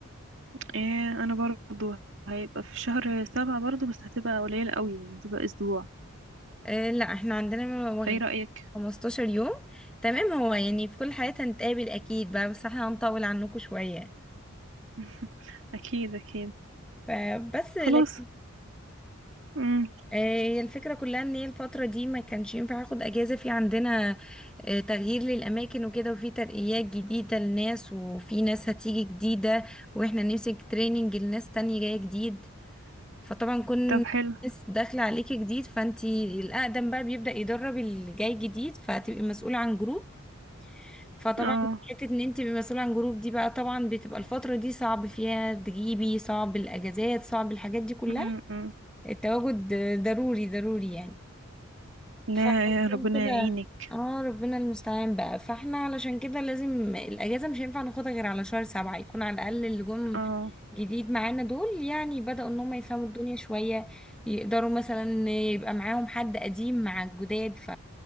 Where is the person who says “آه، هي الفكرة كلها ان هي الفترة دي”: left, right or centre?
Centre